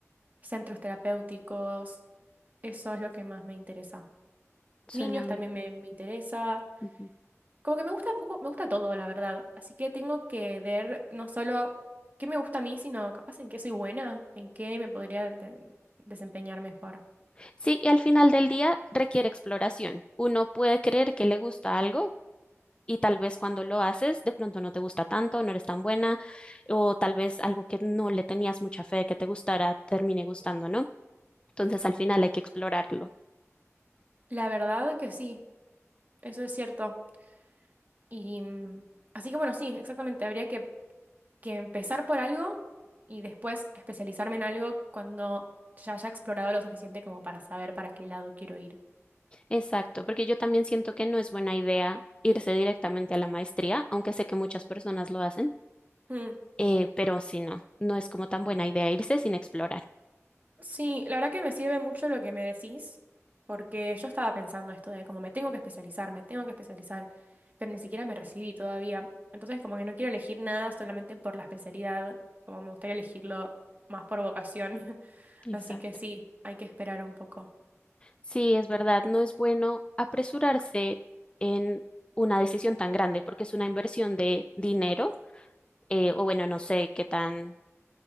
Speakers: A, on the right (about 35°); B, on the left (about 20°).
A: centros terapéuticos. Eso es lo que más me interesa.
B: Suena
A: Niños
B: bien.
A: también me, me interesa.
B: Ujú.
A: Como que me gusta un poco, me gusta todo, la verdad. Así que tengo que ver no solo qué me gusta a mí, sino capaz en qué soy buena, en qué me podría de- desempeñar mejor.
B: Sí, y al final del día requiere exploración. Uno puede creer que le gusta algo, y tal vez cuando lo haces de pronto no te gusta tanto, no eres tan buena o tal vez algo que no le tenías mucha fe de que te gustara termine gustando, ¿no? Entonces al final hay que explorarlo.
A: La verdad que sí, eso es cierto. Y mm, así que bueno, sí, exactamente. Habría que, que empezar por algo y después especializarme en algo cuando ya haya explorado lo suficiente como para saber para qué lado quiero ir.
B: Exacto, porque yo también siento que no es buena idea irse directamente a la maestría, aunque sé que muchas personas lo hacen,
A: Mm.
B: eh, pero sí, no, no es como tan buena idea irse sin explorar.
A: Sí, la verdad que me sirve mucho lo que me decís, porque yo estaba pensando esto de como me tengo que especializar, me tengo que especializar, pero ni siquiera me recibí todavía. Entonces como que no quiero elegir nada solamente por la especialidad, como me gustaría elegirlo más por vocación. <laughs>
B: Exacto.
A: Así que sí, hay que esperar un poco.
B: Sí, es verdad, no es bueno apresurarse en una decisión tan grande porque es una inversión de dinero, eh, o bueno, no sé qué tan